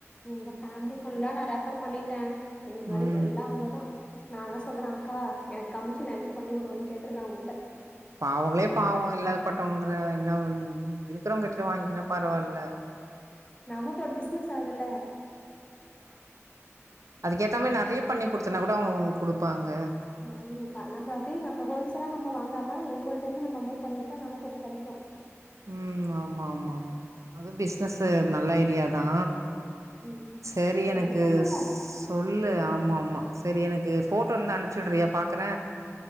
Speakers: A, on the left (about 20°); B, on the right (about 90°).
A: உங்க பேமிலி ஃபுல்லா நா ரெஃபர் பண்ணி பண்ணிட்டே இந்த மாரி
B: ம்.
A: எல்லா அவங்கதா நா தா சொல்றே அக்கா எனக்கு கமிஷனயாச்சு பண்ணி கொடுங்கன்னு கேட்டிருக்கே அவங்கிட்ட
B: பா அவங்களே பாவோ இல்லாத பட்டவங்கன்ற என்ன இருக்கிறவங்க கிட்ட வாங்கிகிற பரவால்ல
A: நமக்கு ஒரு பிசினஸ் ஆதுல்ல
B: அதுக் ஏத்த மாரி நெறைய பண்ணி குடுத்தன்னா கூட அவங்க உனக் குடுப்பாங்க
A: உம் ப நம்ப அப்டியே நம்ம ஹோல்சேலா நம்ம வாங்காம் இவங்ள்கட்ட இருந்து நம்ம மூவ் பண்ணி விட்டா நம்ம கொஞ்ச கெடைக்கு
B: உம் ஆமா ஆமா ஆமா அதுவு பிசினஸு
A: ம்,
B: நல்ல ஐடியா தா
A: ம்.
B: சரி
A: ட்ரை
B: எனக்கு
A: பண்ணுவோம்.
B: சொ சொல்லு ஆமா ஆமா சரி எனக்கு போட்டோ இருந்தா அனுப்ச்சிவிடுரைய பாக்குற